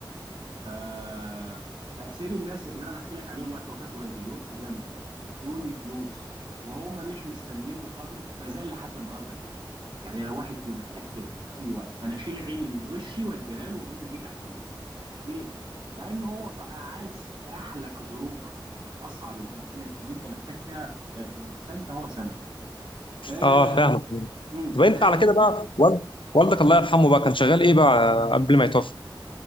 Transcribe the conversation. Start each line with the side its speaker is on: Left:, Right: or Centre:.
Right: فتأثير الناس اللي انا بحكي لك عليهم وقت وفاة والدي اللي وقفوا جنبي وادوني فلوس وهم مش مستنيين مقابل ما زال لحد النهارده فيا يعني لو واحد فيهم محتاج خدمه في اي وقت انا اشيل عيني من وشي واديها له واقول له دي تحت رجليك ليه لانه هو في اعز في احلك ظروفك وفي اصعب الاوقات اللي انت محتاج فيها آه، آه، سند هو سندك آه،
Left: اه فاهمك
Right: مم،
Left: طب انت
Right: فاهم
Left: على
Right: قصدي
Left: كده بقى والد- والدك الله يرحمه بقى كان شغال ايه بقى قبل ما يتوفى؟